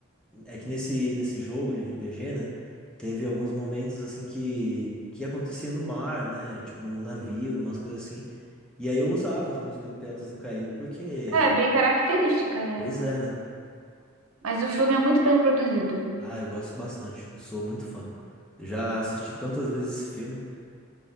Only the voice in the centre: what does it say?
é que nesse, nesse jogo de RPG, né, teve alguns momentos, assim, que, que acontecia no mar, né, tipo num navio, umas coisas assim. E aí eu usava as músicas do Piratas do Caribe porque,
pois é, né?
Ah, eu gosto bastante, eu sou muito fã. Já assisti tantas vezes esse filme.